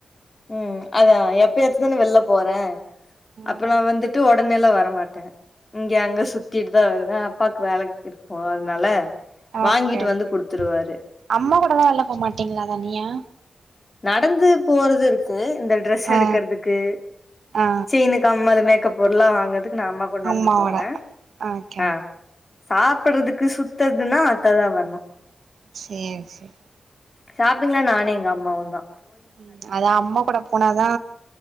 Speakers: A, on the left; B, on the right.
A: உம் அதான் எப்பயாச்சு தானே வெளில போறேன் அப்பற
B: ஆமா
A: நா வந்துட்டு உடனேல வர மாட்டேன் இங்க அங்க சுத்திட்டு தான் வருவேன் அப்பாக்கு வேலை இருக்கும் அதனால வாங்கிட்டு
B: ஓகே ஓகே
A: வந்து குடுத்துருவாரு
B: அம்மா கூடலாம் வெளிய போகமாட்டீங்களா தனியா
A: நடந்து போறது இருக்கு இந்த ட்ரெஸ் எடுக்கறதுக்கு
B: ஆ ஆ
A: செயினு கம்மளூமே பொருலாம் வாங்க துக்கு நா அம்மா கூட நடந்து
B: அம்மாவோட
A: போவே
B: ஓகே ஓகே
A: ஆஹ் சாப்படுறதுக்கு சுத்துறதுன்னா அத்ததா வரணு
B: சேரி சேரி
A: ஷாப்பிங்லா நானு எங்க அம்மாவுந்தா
B: உம் அதா அம்மா கூட போனாதா